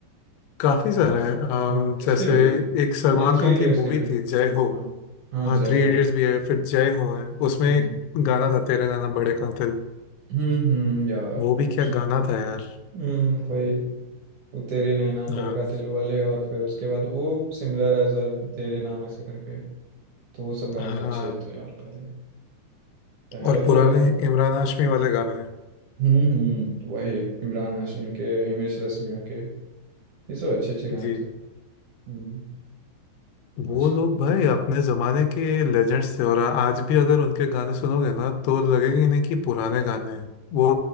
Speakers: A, on the left (about 85°); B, on the right (about 70°).
A: काफी सारे हैं अम,
B: हाँ इसके
A: जैसे
B: भी
A: एक सलमान
B: ये थ्री
A: खान
B: इडियट्स
A: की मूवी
B: के भी
A: थी जय हो
B: हाँ हाँ
A: हाँ
B: जय
A: थ्री
B: हो
A: इडियट्स भी है फिर जय हो है उसमें एक
B: हम्म
A: गाना था तेरे नैना बड़े कातिल
B: हम्म हम्म, यार
A: वो भी
B: वो
A: क्या
B: सब-
A: गाना था यार
B: हम्म वही वो तेरे नैना
A: हाँ
B: बड़े कातिल वाले और फिर उसके बाद वो similar as uh Tere Naam ऐसे करके तो वो सब गाने
A: हाँ
B: अच्छे थे यार पहले पहले
A: और पुराने
B: तो यार
A: इमरान हाशमी वाले गाने
B: हम्म हम्म वही इमरान हाशमी के हिमेश रेशमिया के ये सब अच्छे अच्छे गाने
A: जी
B: थे हम्म आज
A: वो लोग भाई अपने जमाने के लेजेंड्स थे और आज भी अगर उनके गाने सुनोगे ना तो लगेगा ही नहीं कि पुराने गाने हैं वो